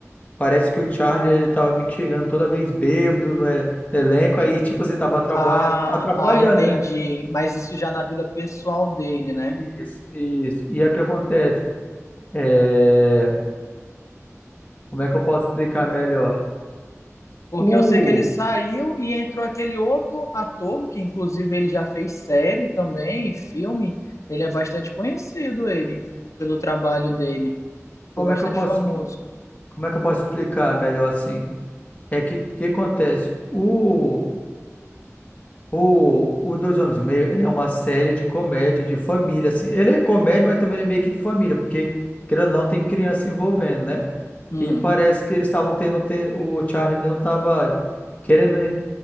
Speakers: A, on the left; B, on the left.
A: parece que o Charlie ele tava meio que chegando toda vez bêbado no, e- no elenco, aí tipo você tava atraba-
B: Ah,
A: atrapalhando,
B: ah, entendi.
A: né?
B: Mas isso já na vida pessoal dele, né?
A: Isso, isso. E aí o que acontece? É, Como é que eu posso explicar melhor?
B: Porque
A: O...
B: eu sei que ele saiu e entrou aquele outro ator que inclusive ele já fez série também, e filme. Ele é bastante conhecido ele pelo trabalho dele. Ficou
A: Como
B: bastante
A: é que eu posso,
B: famoso.
A: expli- como é que eu posso explicar melhor assim? É que que acontece? O O, o Dois Homens e Meio, ele é uma série de comédia, de família, assim. Ele é comédia, mas também ele é meio que de família, porque, querendo ou não, tem criança se envolvendo, né?
B: Hum.
A: E parece que eles estavam tendo, te- o Charlie ele não estava querendo